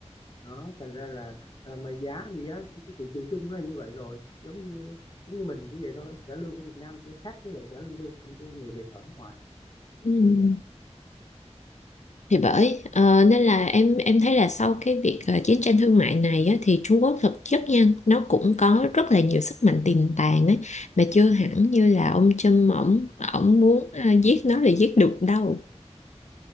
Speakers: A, on the left; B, on the left.
A: đó thành ra là à, mà giá thì giá cái cái thị trường chung nó là như vậy rồi giống như giống như mình cũng vậy thôi trả lương ở Việt Nam cũng khác với lại trả lương lương của người Việt ở nước ngoài kiểu
B: Ừ.
A: kiểu như vậy
B: thì bởi ờ, nên là em em thấy là sau cái việc ờ, chiến tranh thương mại này á, thì Trung Quốc thực chất nha nó cũng có rất là nhiều sức mạnh tiềm tàng ấy mà chưa hẳn như là ông Trump ổng ổng muốn ờ, giết nó là giết được đâu